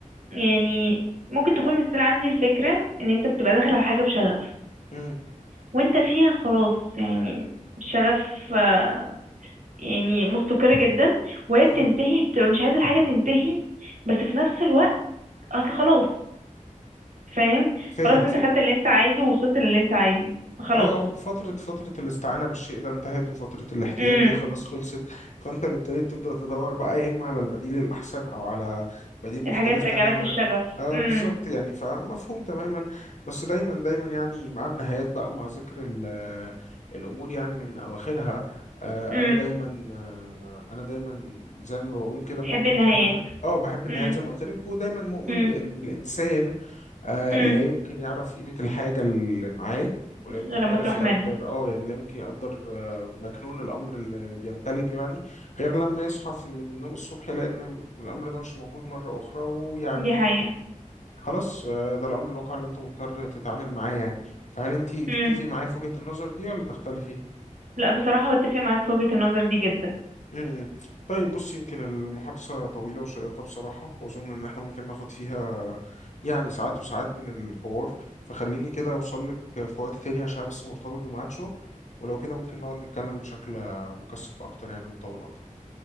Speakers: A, on the right (about 65°); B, on the left (about 60°).
A: يعني ممكن تكون لسه عندي الفكره ان انت بتبقى داخل على حاجه بشغف
B: امم
A: وانت فيها خلاص يعني شغف آه، يعني مستقر جدا وهي
B: امم
A: بتنتهي بتبقى مش عايز الحاجة تنتهي بس في نفس الوقت اصل خلاص فاهم
B: فاهم
A: خلاص انت خدت اللي انت عايزه ووصلت للي انت عايزه فخلاص
B: ايوه فترة فترة الاستعانة بالشيء ده انتهت وفترة الاحتياج
A: امم
B: ليه خلاص خلصت فانت بالتالي بتبدأ تدور بقى يا اما على البديل الاحسن او على بديل مختلف
A: الحاجات ترجع
B: تماما
A: لك الشغف
B: اه
A: امم
B: بالظبط يعني فمفهوم تماما بس دايما دايما يعني مع النهايات بقى ومع ذكر ال- الامور يعني من اواخرها آه
A: امم
B: انا دايما آه انا دايما زي ما بقول كده
A: تحب
B: مؤمن
A: النهايات
B: تماما اه بحب النهايات
A: امم
B: زي ما قلت لك ودايما مؤمن
A: امم
B: بان الانسان آه
A: امم
B: لا يمكن يعرف قيمة الحاجة اللي معاه ولا يمكن
A: غير لما
B: يعرف
A: تروح
B: يقدر
A: منه
B: اه يعني لا يمكن يقدر آه، مكنون الامر اللي بيمتلكه يعني غير لما يصحى في- من النوم الصبح يلاقي ان الامر ده مش موجود مره اخرى ويعني
A: دي حقيقة
B: خلاص آه، ده الامر الواقع اللي انت مضطر تتعامل معاه يعني فهل انت تتفقي
A: امم
B: معايا في وجهه النظر دي ولا تختلفي؟
A: لا بصراحة بتفق معاك في وجهة النظر دي جدا
B: امم طيب بص يمكن المحادثة طويلة وشيقة بصراحة وأظن إن إحنا ممكن ناخد فيها يعني ساعات وساعات من الحوار فخليني كده أوصل لك في وقت تاني عشان بس مرتبط بميعاد شغل ولو كده ممكن نقعد نتكلم بشكل مكثف أكتر يعني ومطول أكتر